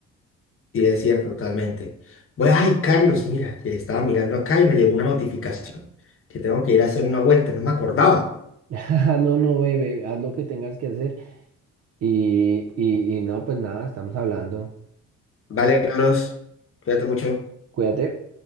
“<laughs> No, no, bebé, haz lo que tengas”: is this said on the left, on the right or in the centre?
Right